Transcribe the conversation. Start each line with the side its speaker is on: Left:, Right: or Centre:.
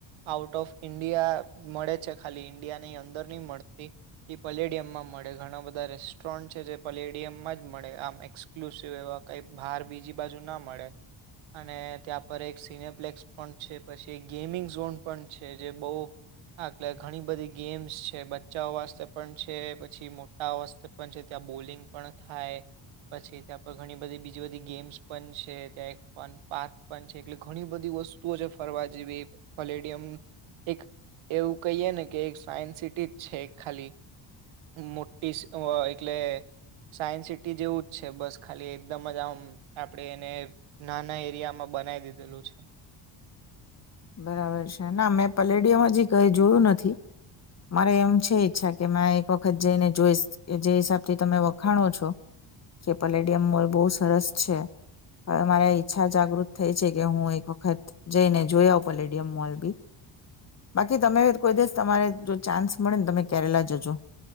Right: આઉટ ઓફ ઈન્ડિયા મળે છે ખાલી ઈન્ડિયાની અંદર નહી મળતી પ્લેડિયમમાં મળે ઘણા બધા રેસ્ટોરન્ટ છે જે પ્લેડિયમમાં જ મળે આમ એક્સક્લુસિવ એવા કંઈ બહાર બીજી બાજુ ના મળે અને ત્યાં પર એક સિનેપ્લેક્સ પણ છે પછી એક ગેમિંગ ઝોન પણ છે જે બહુ આટલે ઘણી બધી ગેમ્સ છે બચ્ચાઓ વાસ્તે પણ છે પછી મોટા વસ્ પણ છે ત્યાં બોલિંગ પણ થાય પછી ત્યાં ઘણી બધી બીજી બધી ગેમ્સ પણ છે ત્યાં એક ફન પાર્ક પણ છે એટલે ઘણી બધી વસ્તુઓ જે ફરવા જેવી પોલેડિયમ એક એવું કહીએ ને કે એક સાયન્સ સિ ટી જ છે ખાલી મોટી એટલે સાયન્સ સિટી જેવું જ છે બસ ખાલી એકદમ જ આમ આપણે એને નાના એરિયામાં બનાવી દીધેલું છે
Left: બરાબર છે ના મેં પલેડિયમ હજી કઈ જોયું નથી મારે એમ છે ઈચ્છા કે મે એક વખત જઈને જોઈ કે જે હિસાબથી તમે વખાણો છો કે પલેડિયમ મોલ બહુ સરસ છે હવે મારે ઈચ્છા જાગૃત થઈ છે કે હું એક વખત જઈને જોયા આવ પલેડિયમ મોલ બી બાકી તમે કોઈ દિવસ તમારે જો ચાન્સ મળે ને તમે કેરેલા જજો